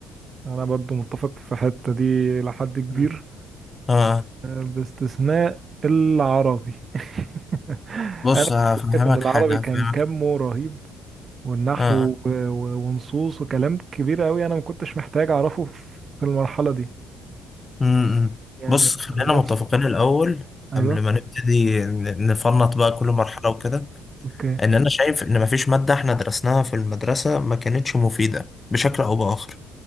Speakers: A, on the right (about 40°); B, on the left (about 30°).
A: انا برضو متفق في الحتة دي لحد كبير
B: مم. اه
A: آه، باستثناء العربي <laughs>
B: بص
A: انا
B: هفهمك
A: كنت شايف ان العربي
B: حاجه
A: كان
B: هفهمك
A: كمه رهيب والنحو
B: اه
A: و- و- ونصوص وكلام كبير قوي انا ما كنتش محتاج اعرفه في في المرحلة دي
B: امم
A: يعني
B: بص خلينا
A: على
B: متفقين
A: نفس
B: الاول
A: ايوه
B: قبل ما نبتدي ن- نفنط بقى كل مرحله وكده
A: اوكي
B: ان انا شايف ان مفيش مادة احنا درسناها في المدرسة ما كانتش مفيدة بشكل او باخر